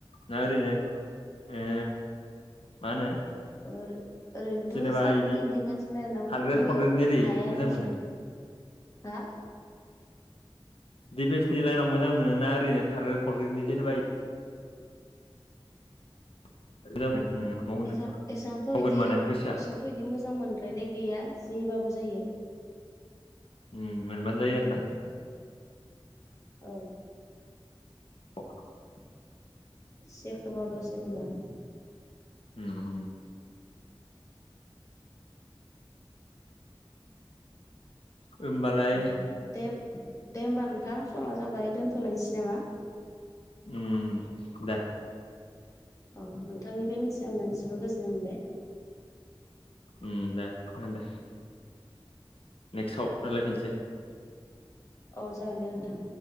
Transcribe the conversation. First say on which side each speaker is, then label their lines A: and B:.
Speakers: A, on the left; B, on the left.
A: ना ओरैनो ओ मा होनो
B: ओ ओरैनोथ'
A: जेनेबा
B: सानोमोन
A: इदि
B: डिफेन्स लाइनाव
A: खारग्रेद
B: खिन्थु
A: फरग्रेदनि ओरै
B: हाया
A: मोजां
B: दस'।
A: मोनो
B: हा
A: डिफेन्सनि लाइनाव मोजां मोनोना ओरैनो थारग्रेट फरग्रेटनि जेनेबा <unintelligible> मावनो
B: एसां एसांथ'
A: मावगोन
B: इदि
A: माने गोसोआ
B: एसांथ' इदि मोजां मोनद्रायनाय गैया। जेबाबो जायो।
A: उम मोनबानो जायो आरो ना?
B: औ
A: <inaudible>
B: सेखोबाबो जेनेबा।
A: उम उम होमबालाय
B: औ दे दे होमबा नोंथां समा जाबाय दोनथ'लायनिसै नामा?
A: उम दे।
B: अ नोंथांनिफ्राय मिथिना मोननानै जोबोद गोजोननाय मोनबाय।
A: उम दे खोनादो दे। नेक्स्टआव रायलायफिनसै।
B: अ जागोन दे नोंथां।